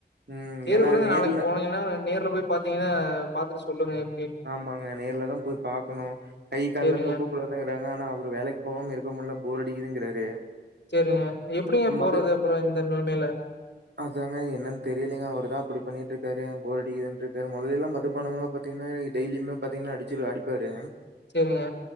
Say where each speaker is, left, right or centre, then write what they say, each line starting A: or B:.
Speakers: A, on the right (about 70°); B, on the left (about 80°).
A: ம்.
B: சேரி
A: ஏன்னா
B: விடுங்க
A: நேர்ல
B: நாளைக்கு போனீங்கன்னா நேர்ல போய் பாத்தீங்கன்னா பாத்துட்டு சொல்லுங்க எப்டின்னு
A: ப்பாங்க நேர்ல தா போய் பாக்கணும் கை கால்ல
B: சேரிங்க
A: தூக்கக்கூடாது ங்கிறாங்க ஆனா அவரு வேலைக்கு போவாம இருக்க முட்ல போர் அடிக்குதுங்கிறாரு
B: சேரிங்க எப்டிங்க போறது
A: மது
B: அப்புற இந்த நெலைமையில
A: அதாங்க என்னன்னு தெரியிலங்க அவர்தா அப்டி பண்ணிட்டு இருக்காரு போர் அடிக்குதுன்ட்ருக்காரு மொத எல்லா மதுபானம்லா பாத்தீங்கன்னா டெய்லியுமே பாத்தீங்கன்னா அடிச்சுடு அடிப்பாரு
B: சேரிங்க